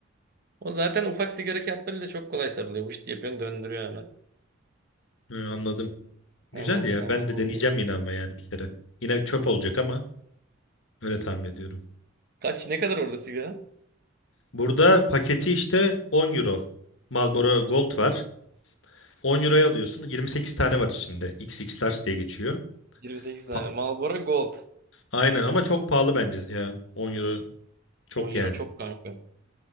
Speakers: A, on the right; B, on the left.
A: O zaten ufak sigara kağıtlarıyla çok kolay sarılıyor. Vışt yapıyorsun döndürüyor hemen.
B: e, anladım.
A: Hemen
B: Güzel ya.
A: hemen
B: Ben
A: oluyor.
B: de deneyeceğim yine ama yani bir kere. Yine çöp olacak ama öyle tahmin ediyorum.
A: Kaç ne kadar orada sigara?
B: Burada paketi işte 10 euro. Marlboro Gold var. on euroya alıyorsun. 28 tane var içinde. X X Large diye geçiyor.
A: 28 tane.
B: Pa-
A: Marlboro Gold.
B: Aynen ama çok pahalı bence ya. on euro çok
A: 10 euro
B: yani.
A: çok kanka.